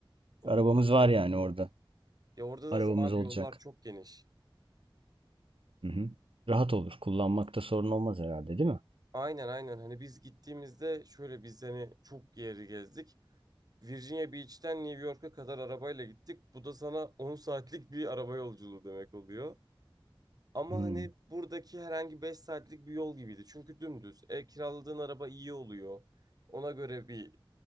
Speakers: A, on the right; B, on the right.
A: Oo
B: Arabamız
A: tamam
B: var yani
A: o zaman.
B: orada.
A: Ya orada zaten
B: Arabamız
A: abi
B: olacak.
A: yollar çok geniş.
B: Hı hı. Rahat olur. Kullanmakta sorun olmaz herhalde, değil mi?
A: Aynen aynen hani biz gittiğimizde şöyle biz hani çok yeri gezdik. Virginia Beach'ten New York'a kadar arabayla gittik. Bu da sana 10 saatlik bir araba yolculuğu demek oluyor. Ama
B: Hı hı.
A: hani buradaki herhangi 5 saatlik bir yol gibiydi. Çünkü dümdüz. E, kiraladığın araba iyi oluyor. Ona göre bir